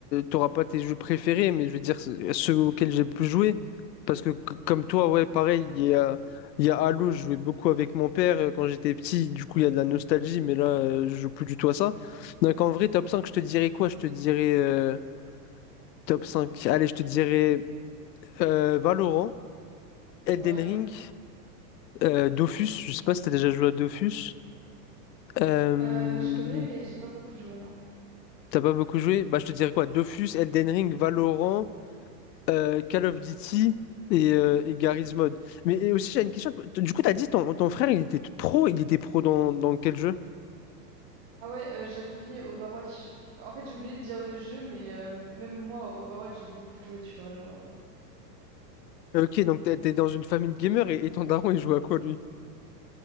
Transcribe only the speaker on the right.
Ouais.
Euh, je connais, mais j'ai pas beaucoup joué, non.
Ah ouais, euh, j'avais oublié Overwatch. En fait, j'ai oublié de dire le jeu, mais euh, même moi, Overwatch, j'ai beaucoup joué, tu vois. Genre, euh,